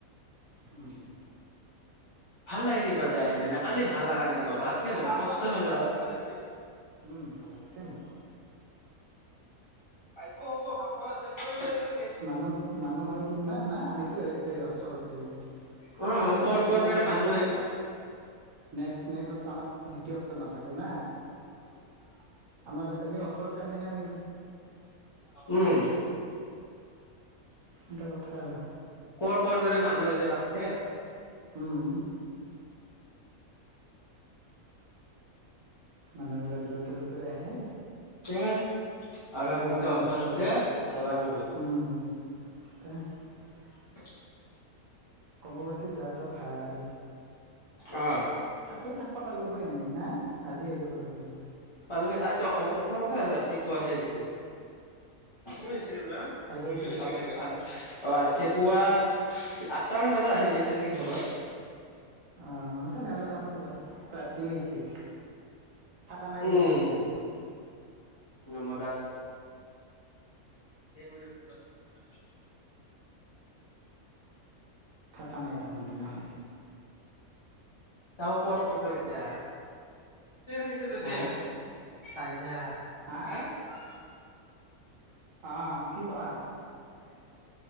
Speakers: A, on the right; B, on the left.
A: হম।
B: ভাল লাগে কিবা যায় সেনে না। কালি ভাল লগা নাই এক <unintelligible>
A: উম ভাল লাগছে মোক।
B: আহিব হ'ব ভাত <unintelligible>
A: মানুহ মানুহ হয় কিমান না আমিতো এৰপে ওচৰতে।
B: অ অ
A: আমি যদি
B: কৰ
A: দূৰত
B: কৰ
A: গ'লো
B: পেৰে
A: হয়
B: মানুহ
A: আমিতো
B: আহিব
A: নেক্সট নেক্সট আমাৰ দ্বিতীয় অপচন নাথাকে না আমাৰ আমি ওচৰত কাৰণেহে আমি
B: <unintelligible> <unintelligible>
A: এটা কথা এটা
B: কৰ কৰ পেৰে মানুহ আহিব লাগছে।
A: উম। মানুহ গিলা দূৰত দূৰৰ পৰা আহে।
B: আৰু আমি
A: আৰু
B: ত অচৰতে
A: ওচৰ
B: যাবা নৰু।
A: উম <unintelligible>
B: <inaudible>
A: অম্ববাচী যাৱাটা ভাল।
B: অ
A: থাকিলও থাকিবা পাৰিলো হয় আমি না? আজি আহিব পাৰিলো হয়।
B: পাল আৰু চক্ৰখান আৰু ৰাতিপুৱাহে আহিছে। <unintelligible>
A: আহিছে
B: অ আহিছে পুৱা আঠটা মান বজাত আহি পাইছে নেকি ঘৰত।
A: আহ তেনেহ'লে এ তাহুন ৰাতি আহিছে। থাককা নাই বোধয়
B: উম
A: তাহুন তেনেহ'লে।
B: নম দাস। <unintelligible>
A: থকা নাই তাহুন তেনেহলে।
B: <unintelligible> <unintelligible>
A: হা হা অ কি কোৱা